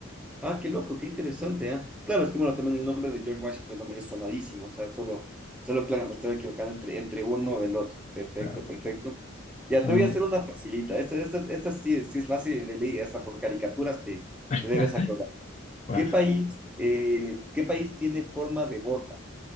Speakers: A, in the centre; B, on the left (about 35°).
A: Ah, qué loco, qué interesante, ¿ah? Claro, es que bueno, también el nombre de George Washington también es sonadísimo, o sea, solo, solo claro, me estoy equivocando entre, entre uno y el otro. Perfecto,
B: Ah,
A: perfecto. Ya
B: Vamos
A: te voy a
B: bien.
A: hacer una facilita. Esta, esta, esta sí, sí es fácil de leer, hasta por caricaturas te,
B: <laughs>
A: te debes acordar.
B: Wow.
A: ¿Qué país, eh, ¿qué país tiene forma de bota?